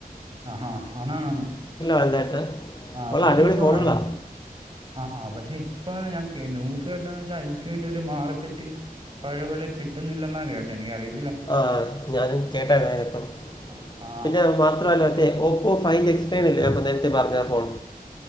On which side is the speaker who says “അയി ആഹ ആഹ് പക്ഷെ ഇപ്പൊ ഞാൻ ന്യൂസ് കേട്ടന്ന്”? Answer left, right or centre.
Right